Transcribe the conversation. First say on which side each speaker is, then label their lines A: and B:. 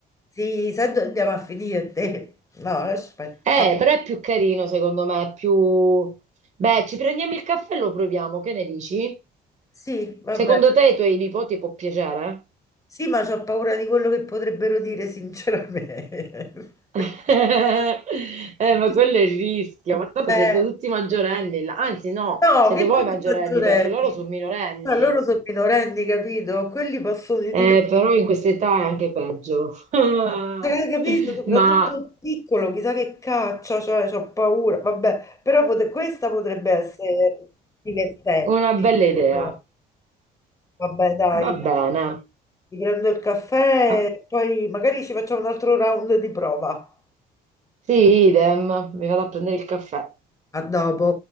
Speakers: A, on the left; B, on the right.
A: sì, sai dove andiamo a finire te? No, aspetta.
B: Eh,
A: guarda.
B: però è più carino secondo me, è più... Beh, ci prendiamo il caffè e lo proviamo, che ne dici?
A: Sì, vabbè.
B: Secondo te ai tuoi nipoti può piacere?
A: Sì, ma ho paura di quello che potrebbero dire, sinceramente.
B: <laughs> Eh,
A: <laughs>
B: ma quello è il rischio, ma dopo
A: Eh,
B: siete tutti maggiorenni, là. anzi no,
A: no,
B: siete
A: che tutti
B: voi maggiorenni
A: maggiorenni.
B: perché loro sono minorenni,
A: Ma loro sono minorenni, capito? Quelli possono dire.
B: Eh, però in questa età è anche peggio. <laughs>
A: Cioè, hai capito? Soprattutto
B: Ma
A: il piccolo, chissà che caccia, cioè, ho paura. Vabbè, però pote- questa potrebbe essere divertente.
B: una bella idea,
A: No, Vabbè, dai,
B: va bene.
A: ti prendo il caffè
B: Ah,
A: e poi magari ci facciamo un altro round di prova.
B: Sì, idem, mi vado a prendere il caffè.
A: A dopo.